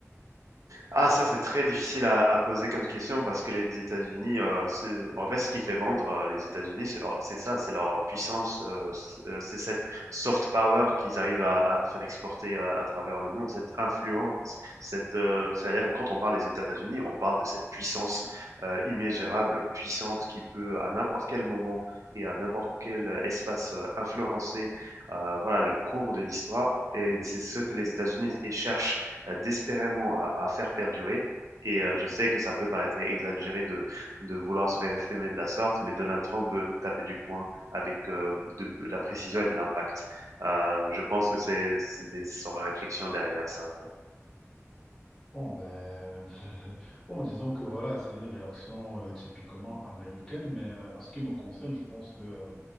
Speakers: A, on the right; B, in the centre.
A: Ah, ça, c'est très difficile à à poser comme question parce que les États-Unis, heu, c'est en fait, ce qui fait vendre, heu, les États-Unis, c'est leur c'est ça, c'est leur puissance, heu, c heu, c'est cette soft power qu'ils arrivent à à faire exporter, heu, à travers le monde, cette influence, cette, heu, c'est-à-dire que quand on parle des États-Unis, on parle de cette puissance, heu, immesurable, puissante qui peut à n'importe quel moment et à n'importe quel espace, heu, influencer, heu, voilà, le cours de l'histoire et c'est ce que les États-Unis et cherchent euh, désespérément à, à faire perdurer. Et euh, je sais que ça peut paraître exagéré de, de vouloir se réaffirmer de la sorte, mais Donald Trump veut taper du poing avec euh, de, de la précision et de l'impact. Euh, je pense que c'est c'est des- son réflexion derrière ça.
B: Bon, ben, <laughs> bon, disons que voilà, c'est une réaction euh, typiquement américaine, mais euh, en ce qui me concerne, je pense que euh,